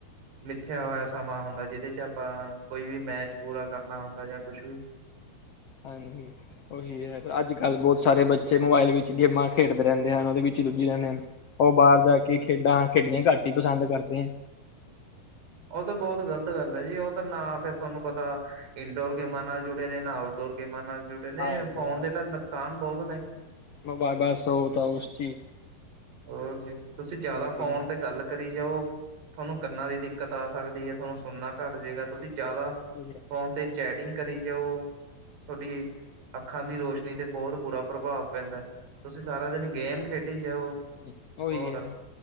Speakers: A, on the right (about 80°); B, on the left (about 80°).
A: ਮਿਥਿਆ ਹੋਇਆ ਸਮਾਂ ਹੁੰਦਾ ਜਿਹਦੇ ਚ ਆਪਾਂ ਕੋਈ ਵੀ ਮੈਚ ਪੂਰਾ ਕਰਨਾ ਹੁੰਦਾ ਜਾਂ ਕੁਛ ਵੀ।
B: ਹਾਂਜੀ। ਉਹੀ ਪਰ ਅੱਜ ਕੱਲ੍ਹ ਬਹੁਤ ਸਾਰੇ ਬੱਚੇ ਮੋਬਾਇਲ ਵਿੱਚ ਗੇਮਾਂ ਖੇਡਦੇ ਰਹਿੰਦੇ ਹਨ ਉਹਦੇ ਵਿੱਚ ਹੀ ਰੁੱਝੀ ਰਹਿੰਦੇ ਹਨ। ਉਹ ਬਾਹਰ ਜਾ ਕੇ ਖੇਡਾਂ ਖੇਡੀਆਂ ਘੱਟ ਹੀ ਪਸੰਦ ਕਰਦੇ ਹੈ।
A: ਉਹ ਤਾਂ ਬਹੁਤ ਗ਼ਲਤ ਗੱਲ ਹੈ ਜੀ ਉਹ ਤਾਂ ਨਾ ਫੇਿਰ ਤੁਹਾਨੂੰ ਪਤਾ ਇੰਡੋਰ ਗੇਮਾਂ ਨਾਲ ਜੁੜੇ ਨੇ ਨਾ ਆਊਟਡੋਰ ਗੇਮਾਂ ਨਾਲ ਜੁੜੇ ਨੇ
B: ਹਾਂਜੀ
A: ਫੋਨ ਦੇ ਤਾਂ ਨੁਕਸਾਨ ਬਹੁਤ ਨੇ
B: ਮੈਂਬਾਇਬਸਾ ਤਾਂ ਉਸ ਚੀ
A: ਹੋਰ ਜੀ ਤੁਸੀਂ ਜਿਆਦਾ ਫੋਨ
B: ਗੇਮਾਂ।
A: ਤੇ ਗੱਲ ਕਰੀ ਜਾਓ ਤੁਹਾਨੂੰ ਕੰਨਾਂ ਦੀ ਦਿੱਕਤ ਆ ਸਕਦੀ ਹੈ ਤੁਹਾਨੂੰ ਸੁਣਨਾ ਘੱਟ ਜੇਗਾ ਤੁਸੀਂ ਜਿਆਦਾ
B: <inaudible>
A: ਫ਼ੋਨ 'ਤੇ ਚੈਟਿੰਗ ਕਰੀ ਜਾਓ ਤੁਹਾਡੀ ਅੱਖਾਂ ਦੀ ਰੋਸ਼ਨੀ 'ਤੇ ਬਹੁਤ ਬੁਰਾ ਪ੍ਰਭਾਵ ਪੈਂਦਾ ਤੁਸੀਂ ਸਾਰਾ ਦਿਨ ਗੇਮ ਖੇਡੀ ਜਾਓ
B: ਇਕੋ ਹੀ
A: ਹੋਰ
B: ਹ